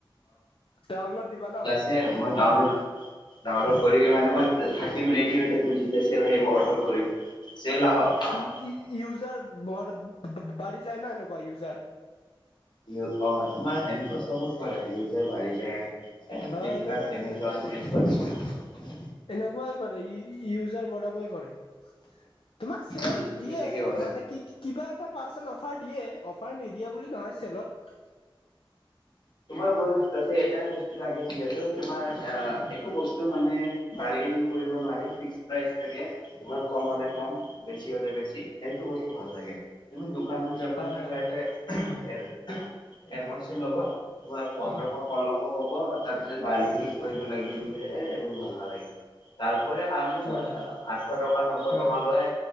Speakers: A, on the left (about 70°); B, on the left (about 55°).
A: ডাউনলড দিবা ন?
B: তে মই ডাউনলড - ডাউনলড কৰি কে মানে মই থাকিম ৰেডি হৈ থাকিম এতিয়া চি চেল আহিব অৰ্ডাৰ কৰিম, চেল আহক আহ
A: ই ই ইউজাৰ বৰ বা বা বাঢ়ি যায় না এনেকুৱা ইউজাৰ।
B: ইও, অ তোমাৰ সেনেকুৱা চবত কোৱা লাগি যায়, বাঢ়ি যায় এ ফ্লিপকাৰ্ট,
A: অ এনেকুৱা
B: এমেজন
A: এনেকুৱাই কৰে
B: এনেকুৱা কিছুমান
A: এনেকুৱাই কৰে, ই ই ইউজাৰ বঢ়াবই কৰে। তোমাক চেল
B: অ', তুমি
A: দিয়ে
B: ঠিকেই ক'লা।
A: মানে কি কি কিবা এটা পাৰ্চেণ্ট অফাৰ দিয়ে, অফাৰ নিদিয়ে বুলি নহয় চেলত
B: তোমাৰ বয়স তাতে এটাই বস্তু লাগে যিহেতু তোমাৰ আহ একো বস্তু মানে- বাৰ্গেনিং কৰিব নোৱাৰি ফিক্স প্ৰাইজ থাকে। তোমাৰ কম হলে কম বেছি হলে বেছি, সেইটো বস্তু ভাল লাগে। তুমি দোকানত যাবা
A: হয়
B: কিবা
A: হয়
B: এটা এ এনচি ল'ব। তোমাৰ পোন্ধৰশ ষোল্লশ কব তাৰ পিছত বাৰ্গেনিং কৰিব লাগি বোলে এ এবোৰ ভাল নালাগে। তাৰপৰা আনিও
A: হয়
B: বা
A: হয়
B: আঠশ টকা নশ
A: হয়
B: টকা লয়।